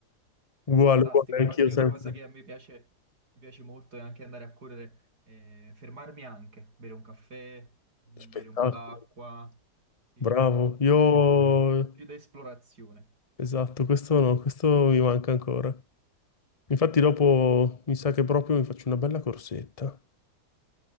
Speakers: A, on the left; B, on the right.
A: Uguale,
B: Fantastico,
A: uguale,
B: infatti
A: anch'io sempre.
B: è una cosa che a me piace, mi piace molto è anche andare a correre, eh, fermarmi anche, bere un caffè, mh,
A: Spettacolo.
B: bere un po' d'acqua, sì,
A: Bravo. Io...
B: eh, più più da esplorazione.
A: Esatto, questo no, questo mi manca ancora. Infatti dopo mi sa che proprio mi faccio una bella corsetta.